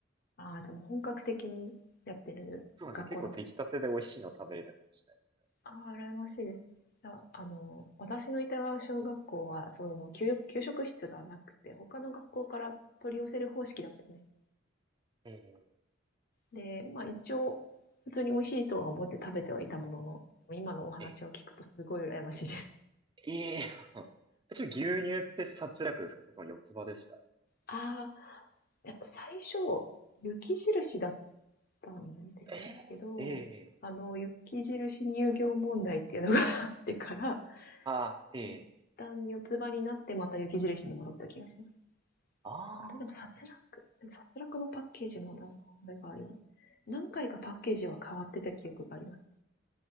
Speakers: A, on the left; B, on the right.
A: ああ、じゃあもう本格的にやってる学校だったんですね
B: そうなんですよ。結構出来たてで美味しいの食べれたかもしれないです。
A: ああ、羨ましいです。いや、あの、私のいた小学校は、その、給食、給食室がなくて、他の学校から取り寄せる方式だったんですよ。
B: えー
A: で、まあ一応、普通に美味しいとは思って食べてはいたものの、でも今のお話を聞くとすごい羨ましいです。
B: え、ええー、<laughs> ちょっと牛乳って殺略ですかそれとも四つ葉でした。
A: ああ、いや最初、雪印だったんですけど、
B: ええええ、
A: あの、雪印乳業問題っていうのが <laughs> あってから、
B: ああ、ええ、
A: 一旦四つ葉になってまた雪印に戻った気がします。
B: ああ、
A: あれでも殺戮でも殺戮のパッケージもなんか、あれがあるよね。何回かパッケージは変わってた記憶があります。